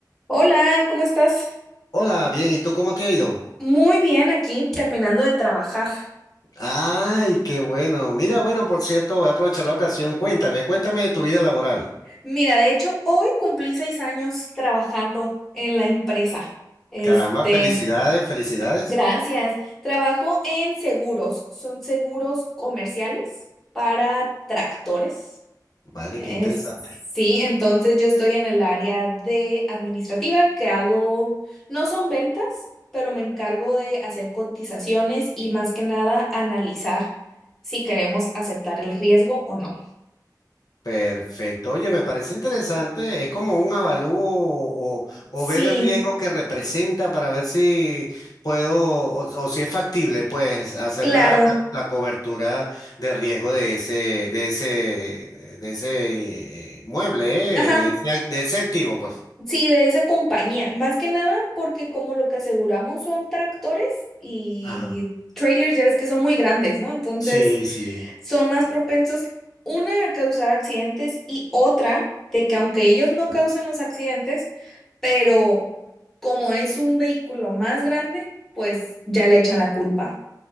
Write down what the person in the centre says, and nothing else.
Hola, ¿cómo estás?
Muy bien aquí, terminando de trabajar.
Mira, de hecho, hoy cumplí seis años trabajando en la empresa. Este,
gracias. Trabajo en seguros. Son seguros comerciales para tractores.
Es,
sí, entonces yo estoy en el área de administrativa que hago, no son ventas, pero me encargo de hacer cotizaciones y más que nada analizar si queremos aceptar el riesgo o no.
Sí,
claro.
Ajá,
sí, de esa compañía. Más que nada porque como lo que aseguramos son tractores y
trailers, ya ves que son muy grandes, ¿no? Entonces,
son más propensos, una, a causar accidentes y otra, de que aunque ellos no causan los accidentes, pero como es un vehículo más grande, pues ya le echan la culpa